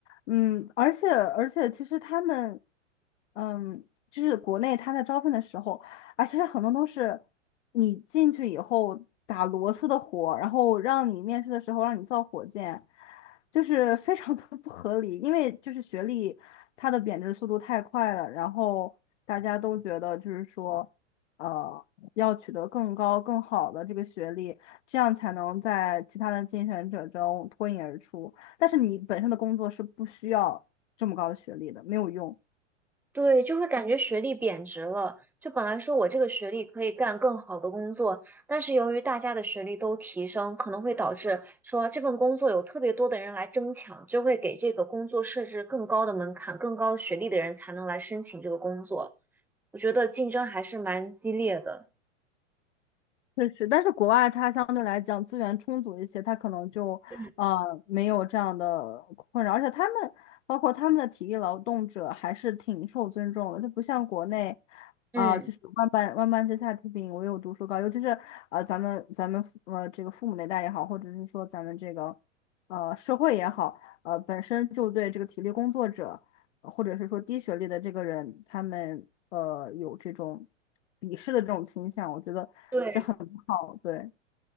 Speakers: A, on the left; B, in the centre.
A: 嗯，而且而且，其实他们，嗯，就是国内他在招聘的时候，啊，其实很多都是你进去以后打螺丝的活，然后让你面试的时候让你造火箭，就是非常的 <laughs> 不合理，因为就是学历它的贬值速度太快了，然后大家都觉得就是说，呃，要取得更高更好的这个学历，这样才能在其他的竞选者中脱颖而出。但是你本身的工作是不需要这么高的学历的，没有用。
B: 对，就会感觉学历贬值了。就本来说我这个学历可以干更好的工作，但是由于大家的学历都提升，可能会导致说这份工作有特别多的人来争抢，就会给这个工作设置更高的门槛，更高学历的人才能来申请这个工作。我觉得竞争还是蛮激烈的。
A: 确实，但是国外它相对来讲资源充足一些，它可能就呃没有这样的困扰，
B: 嗯。
A: 而且他们包括他们的体力劳动者还是挺受尊重的，就不像国内
B: 嗯，
A: 啊、就是万般万般皆下品，唯有读书高，尤其是呃咱们咱们父呃这个父母那代也好，或者是说咱们这个呃社会也好，呃本身就对这个体力工作者呃或者是说低学历的这个人，他们呃有这种鄙视的这种倾向，我觉得。
B: 对。
A: 这。好，对，